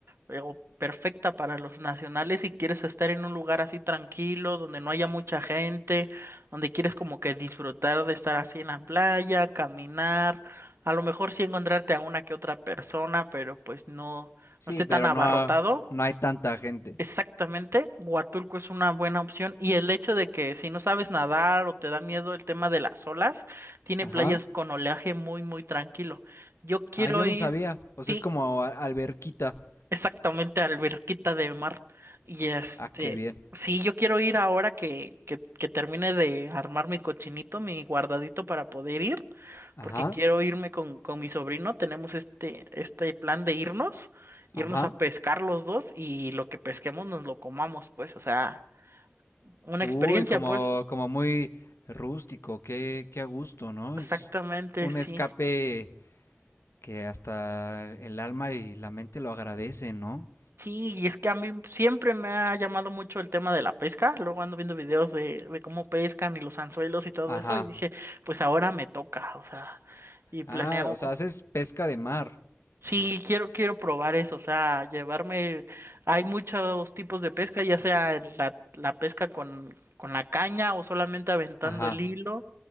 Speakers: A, on the right; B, on the left.
A: eh, o perfecta para los nacionales si quieres estar en un lugar así tranquilo, donde no haya mucha gente, donde quieres como que disfrutar de estar así en la playa, caminar, a lo mejor sí encontrarte a una que otra persona, pero pues no,
B: Sí,
A: no esté
B: pero
A: tan abarrotado.
B: no ha- no hay tanta gente.
A: Exactamente, Huatulco es una buena opción y el hecho de que si no sabes nadar o te da miedo el tema de las olas, tiene
B: Ajá.
A: playas con oleaje muy, muy tranquilo. Yo quiero
B: Ah, yo
A: ir,
B: no sabía. Pues
A: sí,
B: es como a- alberquita.
A: Exactamente, alberquita de mar. Y este,
B: Ah, qué bien.
A: sí, yo quiero ir ahora que, que, que termine de armar mi cochinito, mi guardadito para poder ir,
B: Ajá.
A: porque quiero irme con, con mi sobrino. Tenemos este, este plan de irnos, irnos
B: Ajá.
A: a pescar los dos y lo que pesquemos nos lo comamos, pues, o sea, una
B: Uy,
A: experiencia,
B: como,
A: pues.
B: como muy rústico, qué, qué a gusto, ¿no?
A: Exactamente,
B: Es un
A: sí.
B: escape que hasta el alma y la mente lo agradecen, ¿no?
A: Sí, y es que a mí siempre me ha llamado mucho el tema de la pesca. Luego ando viendo videos de, de cómo pescan y los anzuelos y todo eso.
B: Ajá.
A: Y dije, pues ahora me toca, o sea, y planeo.
B: Ah, o sea, haces pesca de mar.
A: Sí, quiero, quiero probar eso, o sea, llevarme. Hay muchos tipos de pesca, ya sea la, la pesca con, con la caña o solamente aventando
B: Ajá.
A: el hilo.